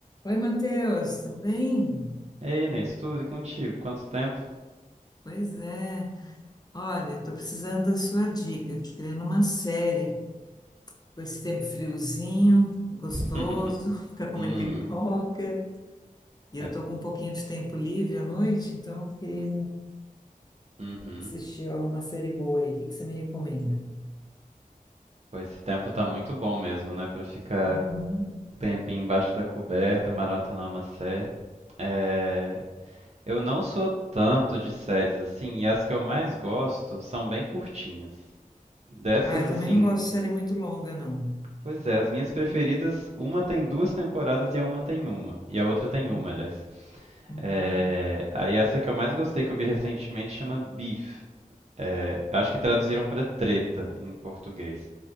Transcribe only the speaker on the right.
Ei, Inês, tudo e contigo? Quanto tempo?
<laughs>
Uhum.
É,
uhum.
Pô, esse tempo tá muito bom mesmo, né? Pra ficar
um tempinho embaixo da coberta, maratonar uma série. É, eu não sou tanto de séries assim, e as que eu mais gosto são bem curtinhas. Dessas,
assim,
pois é, as minhas preferidas, uma tem duas temporadas e a uma tem uma. E a outra tem uma,
aliás.
É, aí essa que eu mais gostei que eu vi recentemente chama Beef. É, acho que traduziram para treta em português.